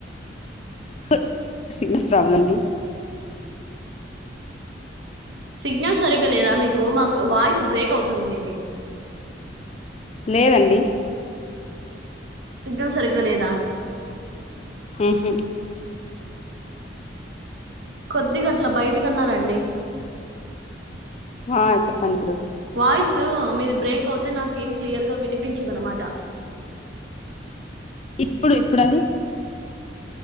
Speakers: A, on the left; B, on the right.
A: <inaudible> సిగ్నల్ ప్రాబ్లం అండి
B: సిగ్నల్ సరిగ్గా లేదా మీకు మాకు వాయిస్ బ్రేక్ అవుతుంది మీది
A: లేదండి
B: సిగ్నల్ సరిగ్గాలేదా
A: ఉహు
B: కొద్ది గ అట్లా బయటికిన్నారండి
A: ఆ చెప్పండి ఇప్పుడు
B: వాయిస్ మీది బ్రేక్ అవుతే నాక ఏం క్లియర్గా వినిపించదు అన్నమాట
A: ఇప్పుడు ఇప్పుడండి